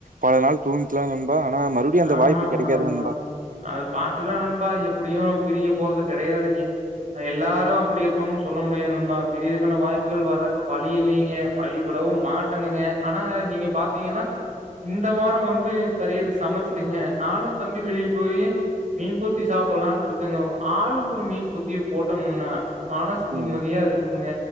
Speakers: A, on the right; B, on the right.
A: பல நாள் தூங்கிக்கலா நண்பா ஆன மறுபடியு அந்த
B: ஆமா
A: வாய்ப்பு
B: ஆமா
A: கெடைக்காது நண்பா
B: அது பாத்துக்கலா நண்பா எப்டியு பிரிய போறது கெடையாது நீ எல்லாரு அப்படி இருப்பாங்கன்னு சொல்ல முடியாது நண்பா பிரியதற்கான வாய்ப்புகள் வர்றக்கு வழி இல்லிங்க வழி பட விடவு மாட்டணுங்க ஆனா நீங்க பாத்தீங்கன்னா இந்த வார வந்து கரி எடு சமச் சுக்கிங்க நானு தம்பியு வெளிய போய்யி மீன் குத்தி சாப்பலான்ருக்குங்க ஆளுக்கு ஒரு மீன் குத்திய போட்டோம்னா மனசு நிம்மதியா
A: ம்.
B: இருக்கும்ங்க